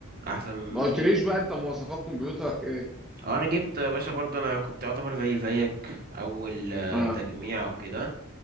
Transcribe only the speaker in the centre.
ما قلتليش
بقى انت مواصفات كمبيوترك ايه
اه